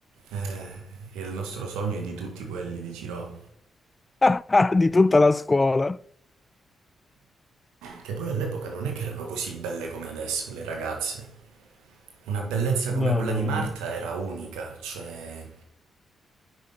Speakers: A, on the right; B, on the left.
A: Eh, e il nostro sogno è di tutti quelli di Ciroa,
B: <laughs> Di tutta la scuola?
A: che poi all'epoca non è che erano così belle come adesso le ragazze. Una bellezza
B: No,
A: come quella
B: no,
A: di Marta
B: no, no.
A: era unica, cioè